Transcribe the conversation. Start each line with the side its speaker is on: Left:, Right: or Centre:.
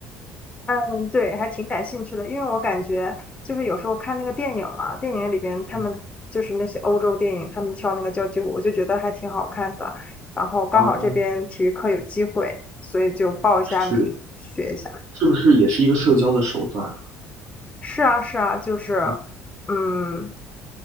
Left: 嗯，对，还挺感兴趣的，因为我感觉就是有时候看那个电影嘛，电影里边他们就是那些欧洲电影，
Right: 嗯，
Left: 他们跳那个交际舞，我就觉得还挺好看的。然后刚好这边体育课有机会，
Right: 哦，
Left: 所以就报一下名学一下。
Right: 是。是不是也是一个社交的手段啊
Left: 是啊，是啊，就是，
Right: 嗯
Left: 嗯，